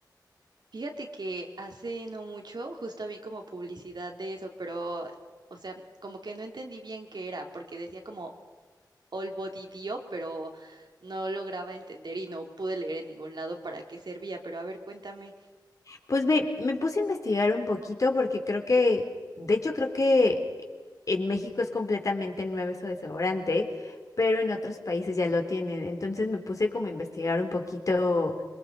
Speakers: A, on the right; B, on the left.
A: Fíjate que hace no mucho justo vi como publicidad de eso, pero, o sea, como que no entendí bien qué era, porque decía como All Body Dio, pero no lograba entender y no pude leer en ningún lado para qué servía. Pero a ver, cuéntame.
B: Pues ve, me puse a investigar un poquito porque creo que, de hecho creo que en México es completamente nuevo eso de desodorante, pero en otros países ya lo tienen. Entonces me puse como a investigar un poquito